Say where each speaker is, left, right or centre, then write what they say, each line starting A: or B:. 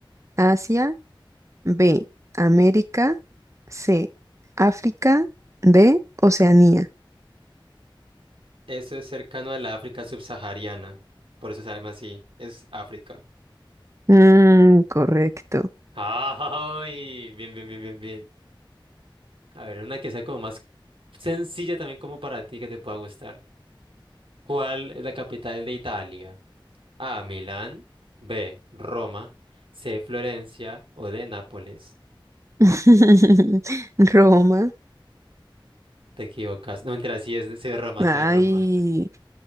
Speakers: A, on the right; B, on the right.
A: Asia. B. América. C. África. D. Oceanía.
B: Eso es cercano a la África subsahariana. Por eso se llama así. Es África.
A: Mm, correcto.
B: ¡Ay! Bien, bien, bien, bien, bien. A ver, una que sea como más sencilla también como para ti que te pueda gustar. ¿Cuál es la capital de Italia? A, Milán, B, Roma, C, Florencia o D, Nápoles.
A: <laughs> Roma.
B: Te equivocas. No, mentira, sí es, sí es Roma,
A: Ay,
B: sí es Roma.